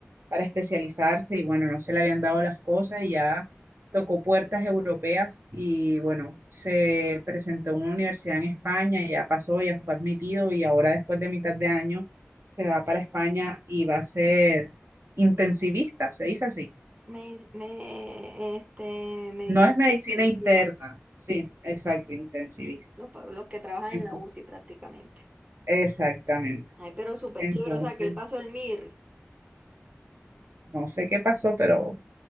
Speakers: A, on the right; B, on the right.
A: para especializarse y bueno, no se le habían dado las cosas y ya tocó puertas europeas y bueno, se presentó en una universidad en España, ya pasó, ya fue admitido y ahora después de mitad de año se va para España y va a ser intensivista, se dice así.
B: me, me- este, medicina
A: No es medicina
B: intensiva,
A: interna, sí, exacto, intensivista.
B: los, pa- los que trabajan
A: Ento-
B: en la UCI prácticamente.
A: exactamente.
B: Ay, pero súper
A: Entonces,
B: chévere, o sea, que el paso del MIR,
A: no sé qué pasó, pero